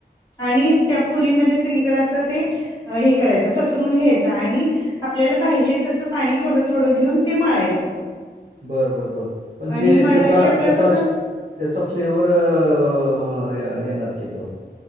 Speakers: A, on the left; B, on the right.
A: आणि त्या पुरीमध्ये सगळीकडे असं ते हे करायचं पसरून घ्यायचं आणि- आपल्याला पाहिजे तसं पाणी थोडं थोडं घेऊन ते मळायचं.
B: बर बर बर पण
A: आणि
B: ते
A: मळलं
B: त्याचा
A: की आपलं
B: त्याचाच-
A: कसं
B: त्याचा फ्लेवर अ येणार की तो